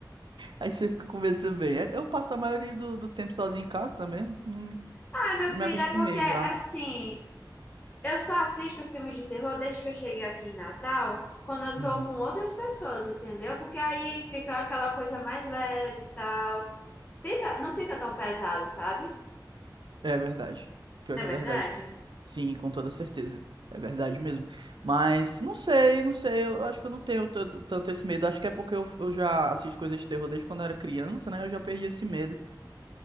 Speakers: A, on the right; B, on the left.
A: Aí você fica com medo também. é? Eu passo a maioria do, do tempo sozinho em casa também, não,
B: Ai, meu
A: me
B: filho,
A: acostumei
B: é porque, assim,
A: já.
B: eu só assisto filme de terror desde que eu cheguei aqui em Natal, quando eu
A: Uhum.
B: tô com outras pessoas, entendeu? Porque aí fica aquela coisa mais leve e tal. Fica, não fica tão pesado, sabe?
A: É verdade. Pior
B: Não
A: que
B: é verdade?
A: é verdade. Sim, com toda certeza. É verdade mesmo. Mas não sei, não sei. Eu acho que eu não tenho todo- tanto esse medo. Acho que é porque eu, eu já assisto coisas de terror desde quando eu era criança, né? Eu já perdi esse medo.